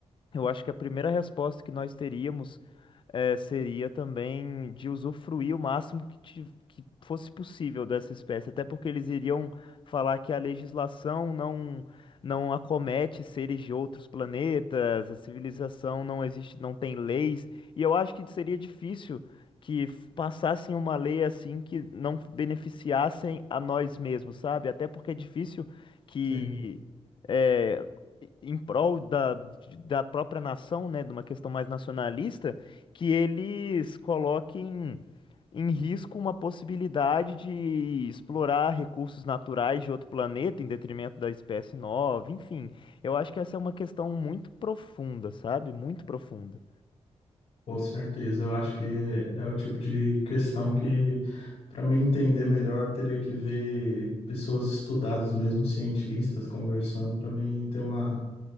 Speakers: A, on the left; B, on the left.
A: eu acho que a primeira resposta que nós teríamos eh, seria também de usufruir o máximo que, ti- que fosse possível dessa espécie, até porque eles iriam falar que a legislação não não acomete seres de outros planetas, a civilização não existe, não tem leis, e eu acho que seria difícil que f- passassem uma lei assim que não beneficiassem a nós mesmos, sabe? Até porque é difícil que
B: Sim.
A: eh, em prol da, da própria nação, né, de uma questão mais nacionalista, que eles coloquem em risco uma possibilidade de explorar recursos naturais de outro planeta em detrimento da espécie nova, enfim. Eu acho que essa é uma questão muito profunda, sabe? Muito profunda.
B: Com certeza, eu acho que é o tipo de questão que, para me entender melhor, teria que ver pessoas estudadas mesmo, cientistas, conversando, para mim ter uma,